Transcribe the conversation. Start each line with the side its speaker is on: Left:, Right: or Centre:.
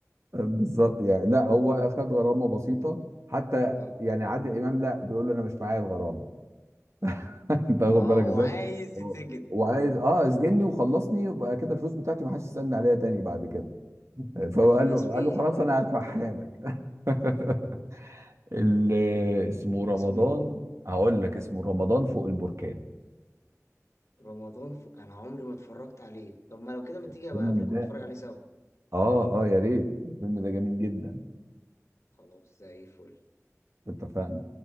Right: بالظبط يعني لا هو اخد غرامه بسيطه حتى
Left: اه
Right: يعني عادل امام لا بيقول له انا مش معايا الغرامه <laughs> انت واخد
Left: اه
Right: بالك
Left: وعايز
Right: ازاي اه
Left: يتسجن
Right: وعايز اه اسجني وخلصني يبقى كده الفلوس بتاعتي ما حدش يسالني عليها تاني بعد كده فهو
Left: ده الفيلم
Right: قال
Left: اسمه
Right: له قال
Left: ايه؟
Right: له خلاص
Left: أنا عمري
Right: انا
Left: ما اتفرجت
Right: هدفعها
Left: عليه
Right: لك <laughs> اللي اسمه
Left: الفيلم
Right: رمضان
Left: اسمه ايه؟
Right: هقول لك اسمه رمضان فوق البركان
Left: رمضان ف... أنا عمري ما اتفرجت عليه طب ما لو كده ما تيجي
Right: الفيلم
Left: أبقى أقابلك
Right: ده
Left: ونتفرج عليه سوا
Right: اه اه يا ريت الفيلم ده جميل جدا
Left: خلاص زي الفل
Right: اتفقنا